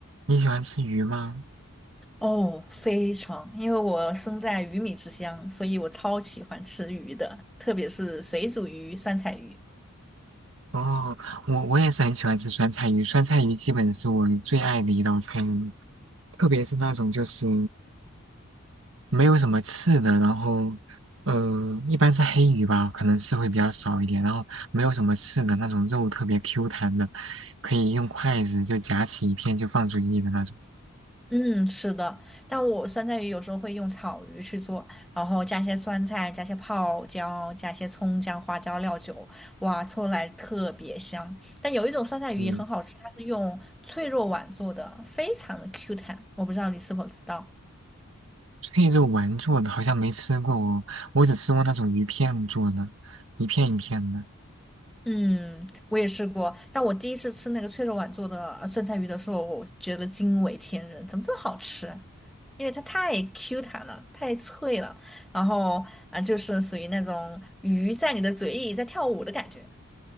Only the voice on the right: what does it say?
你喜欢吃鱼吗？
哦，我我也是很喜欢吃酸菜鱼，酸菜鱼基本是我最爱的一道菜了，特别是那种就是没有什么刺的，然后呃，一般是黑鱼吧，可能刺会比较少一点，然后没有什么刺的那种肉特别 Q 弹的，可以用筷子就夹起一片就放嘴里的那种。
对，
脆肉丸做的好像没吃过哦，我只吃过那种鱼片做的，一片一片的。